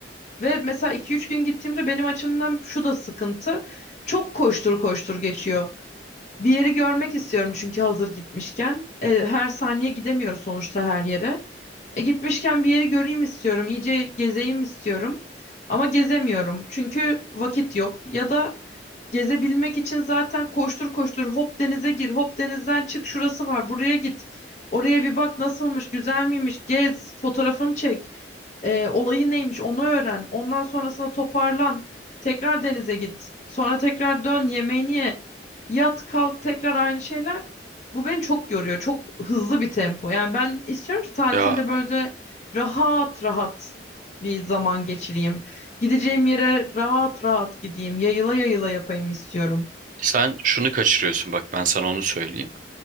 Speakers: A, on the left; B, on the right.
A: Ve mesela iki üç gün gittiğimde benim açımdan şu da sıkıntı. Çok koştur koştur geçiyor. Bir yeri görmek istiyorum çünkü hazır gitmişken. E, her saniye gidemiyoruz sonuçta her yere. E, gitmişken bir yeri göreyim istiyorum, iyice gezeyim istiyorum. Ama gezemiyorum çünkü vakit yok. Ya da gezebilmek için zaten koştur koştur hop denize gir, hop denizden çık, şurası var, buraya git. Oraya bir bak nasılmış, güzel miymiş, gez, fotoğrafını çek. E, olayı neymiş onu öğren. Ondan sonrasında toparlan. Tekrar denize git. Sonra tekrar dön yemeğini ye. Yat kalk tekrar aynı şeyler. Bu beni çok yoruyor. Çok hızlı bir tempo. Yani ben istiyorum ki tatilde
B: Ya
A: böyle rahat rahat bir zaman geçireyim. Gideceğim yere rahat rahat gideyim. Yayıla yayıla yapayım istiyorum.
B: sen şunu kaçırıyorsun bak ben sana onu söyleyeyim.